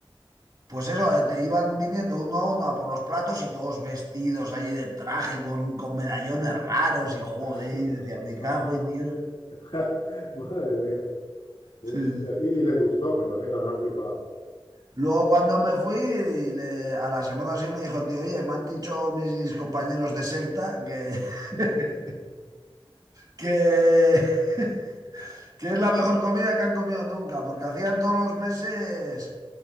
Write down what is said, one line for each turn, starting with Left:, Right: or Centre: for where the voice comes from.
Right: pues eso, eh, te iban viniendo uno a uno a por los platos y todos vestidos allí de traje con, con medallones raros y joder,
Left: <laughs>
Right: yo decía, me cago
Left: Ma-
Right: en Dios.
Left: <laughs> Madre mía. Hostia,
Right: Sí. sí.
Left: y, y les gustó, me imagino, habrán flipado.
Right: Luego cuando me fui, le- a la semana sí me dijo el tío, oye, me han dicho mis compañeros de secta que, <laughs> que, <laughs> que es la mejor comida que han comido nunca, porque hacían todos los meses,